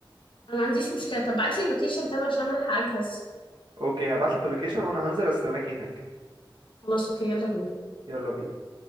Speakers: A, on the left; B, on the right.
A: انا ما عنديش مشكله طب ابعت لي اللوكيشن تبع عشان الحق اجهز
B: اوكي هبعتلك اللوكيشن وانا هنزل استناكي هناك
A: خلاص اوكي يلا بينا
B: يلا بينا